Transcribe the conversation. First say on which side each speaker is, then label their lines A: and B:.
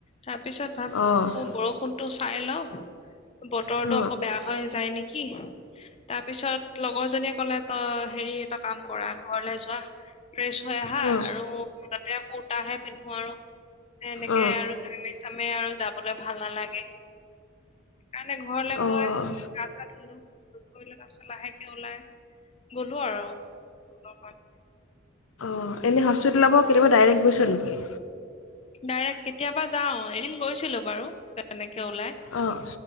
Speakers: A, on the left; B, on the left.
A: তাৰ পিছত ভাব
B: অঁ
A: <unintelligible> বৰষুণতটো চাই লওঁ বতৰটো
B: অঁ
A: আকৌ বেয়া হৈ যায় নেকি। তাৰ পিছত লগৰ জনীয়ে ক'লে তই হেৰি এটা কাম কৰা ঘৰলে যোৱা ফ্ৰেছ হৈ আহা
B: অঁ
A: আৰু <unintelligible> কুুৰ্তাহে পিন্ধো আৰু। <unintelligible>
B: অঁ
A: আৰু ঘামে -চামে আৰু যাবলে ভাল নালাগে। সেইকাৰণে ঘৰলৈ
B: অঁ
A: গৈ গা চা ধুলো। <unintelligible> তাপিছত লাহেকে ওলাই গ'লো আৰু অলপমান।
B: অঁ এনে হস্পিতলৰ পাও কেতিয়াবা ডাইৰেক্ট গৈছ নেকি?
A: ডাইৰেক্ট কেতিয়াবা যাওঁ, এদিন গৈছিলো বাৰু তেনেকে ওলাই।
B: অঁ